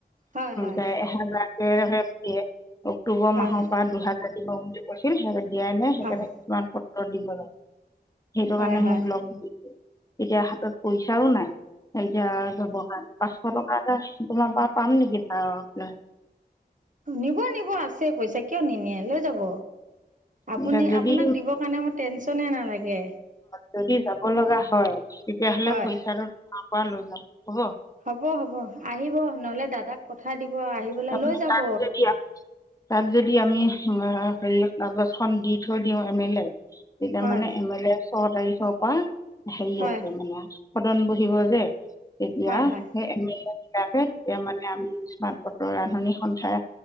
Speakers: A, on the right; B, on the left.
A: হয় হয়
B: দাই এহেজাৰ কেহে দিয়ে অক্টোবৰ
A: হয়
B: মাহৰ পৰা দুহেজাৰ থওঁ বোলি কৈছিল হেই জাতিয়াই
A: হয়
B: কিছুমান পত্ৰ দিব লাগে। সেইটো কাৰণে
A: হয় হয়
B: মোক লগ দি এতিয়া হাতত পইচাঁও নাই সেইতিয়া যাব পাঁচশ টকা এটা তোমাৰ পৰা পাম নেকি বাৰ ল
A: নিব নিব আছে। পইচাঁ কিয় নিনিয়ে লৈ যাব। আপুনি
B: এতিয়া যদি
A: আপোনাক দিবৰ কাৰণে মোৰ টেনচনে নালাগে।
B: যদি যাব লগা হয়। তেতিয়া হ'লে
A: হয়
B: পইচাটো মা পৰা লৈ যাম হ'ব
A: হ'ব হ'ব আহিব নহলে দাদাক পঠাই দিব আহি পেলাই
B: তাৰমানে
A: লৈ যাব।
B: তাত যদি তাত যদি আমি হেৰি কাগজ খন দি থৈ দিওঁ এম এল এক তেতিয়া
A: হয়
B: মানে এম এ লে ছয় তাৰিখৰ পৰা হেৰি
A: হয়
B: আছে মানে সদন বহিব যে তেতিয়া
A: হয় হয়
B: সেইম এল বিলাকে তেতিয়া মানে আমি বতৰ ৰান্ধনী সন্থাৰ